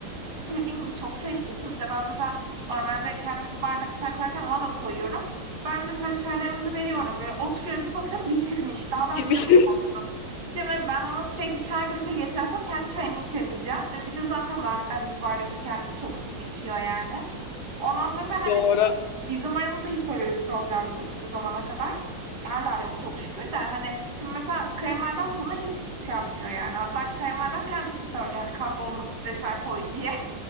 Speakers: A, on the right; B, on the left.
A: Hani Dediğim gibi çok çay içtiği için bir de ben mesela normalde kendime bir bardak çay koyarken ona da koyuyorum. Ben mesela çaylarımızı veriyorum. Böyle oturuyorum bir bakıyorum bitirmiş. Daha ben
B: Girmiş.
A: bir yudum almadım. Şimdi ben ona sürekli çay götür getir yaptım. Kendi çayımı içemeyeceğim. Ve bir de zaten ben hani bir bardak içiyorum. Kendisi çok sık içiyor yani. Ondan sonra ve hani
B: <laughs> Doğru.
A: bizim aramızda hiç böyle bir problem yoktu bu zamana kadar. Hala yok çok şükür de hani şimdi mesela kayınvalidem buna hiç şey yapmıyor yani. Hatta kayınvalidem kendisi söylüyor hani kalk oğlum bize çay koy diye.